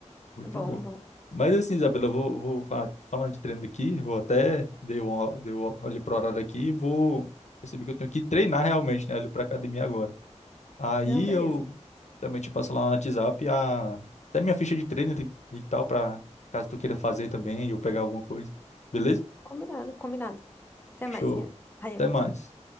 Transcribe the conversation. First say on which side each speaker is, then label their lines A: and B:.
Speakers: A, on the left; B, on the left.
A: Muito
B: é bom,
A: bom.
B: bom.
A: Mas assim, Isabela, eu vou, vou falar- falando de treino aqui, vou até dei um, dei um olho pro horário aqui e vou perceber que eu tenho que treinar realmente, né? ali pra academia agora. Aí
B: Não, beleza.
A: eu também te passo lá no WhatsApp a, até minha ficha de treino e, e tal, pra caso tu queira fazer também e eu pegar alguma coisa. Beleza?
B: Combinado, combinado. Até
A: Show.
B: mais, Rian. Ryan.
A: Até mais.